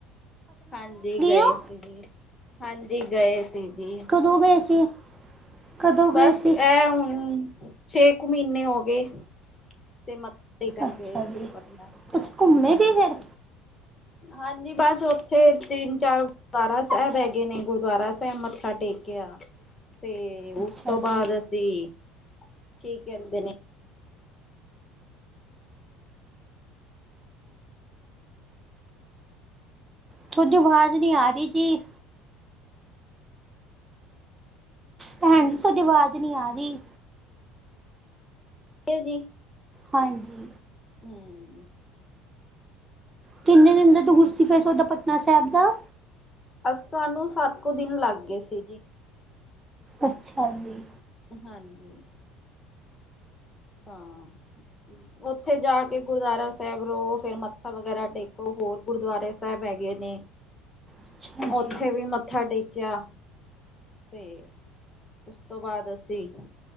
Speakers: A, on the left; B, on the right.
A: ਹਾਂਜੀ ਗਏ
B: ਹੋ?
A: ਸੀ ਜੀ। ਹਾਂਜੀ ਗਏ ਸੀ ਜੀ।
B: ਦਕਦੋ ਗਏ ਸੀ। ਕਦੋਂ
A: ਬਸ
B: ਗਏ ਸੀ?
A: ਇਹ ਹੁਣ ਛੇ ਕੁ ਮਹੀਨੇ ਹੋ ਗਏ। ਤੇ ਮੱਥਾ ਟੇਕਣ
B: ਅੱਛਾ
A: ਗਏ ਸ੍ਰ
B: ਜੀ।
A: ਪਟਨਾ
B: ਤੁਸੀਂ ਘੁੰਮੇ
A: ਹਾਂਜੀ।
B: ਵੀ ਫਿਰ?
A: ਹਾਂਜੀ ਬਸ ਉੱਥੇ ਤਿੰਨ ਚਾਰ। ਗੁਰਦੁਆਰਾ ਸਾਹਿਬ ਹੈਗੇ ਨੇ ਗੁਰਦੁਆਰਾ ਸਾਹਿਬ ਮੱਥਾ ਟੇਕਿਆ ਤੇ। ਤੇ
B: ਅੱਛਾ
A: ਉਸ ਤੋਂ ਬਾਅਦ
B: ਜੀ
A: ਅਸੀਂ, ਕੀ ਕਹਿੰਦੇ ਨੇ
B: ਤੁਹਾਡੀ ਆਵਾਜ਼ ਨਹੀਂ ਆ ਰਹੀ ਜੀ। ਭੈਣ ਤੁਹਾਡੀ ਆਵਾਜ਼ ਨੀ ਆ ਰਹੀ।
A: ਜੀ।
B: ਹਾਂਜੀ।
A: ਹਮ
B: ਕਿੰਨੇ ਦਿਨ ਦਾ ਤੂਰ ਸੀ ਤੁਆਡਾ ਪਟਨਾ ਸਾਹਿਬ ਦਾ।
A: ਅ ਸਾਨੂੰ ਸੱਤ ਕੁ ਦਿਨ ਲੱਗ ਗਏ ਸੀ ਜੀ।
B: ਅੱਛਾ ਜੀ।
A: ਹਾਂਜੀ। ਹਾਂ ਉੱਥੇ ਜਾ ਕੇ ਗੁਰਦੁਆਰਾ ਸਾਹਿਬ ਰਹੋ ਫੇਰ ਮੱਥਾ ਵਗੈਰਾ ਟੇਕੋ ਹੋਰ ਗੁਰਦੁਆਰੇ ਸਾਹਿਬ ਹੈਗੇ ਨੇ।
B: ਅੱਛਾ
A: ਉੱਥੇ
B: ਜੀ
A: ਵੀ ਮੱਥਾ ਟੇਕਿਆ ਤੇ ਉਸ ਤੋਂ ਬਾਅਦ ਅਸੀਂ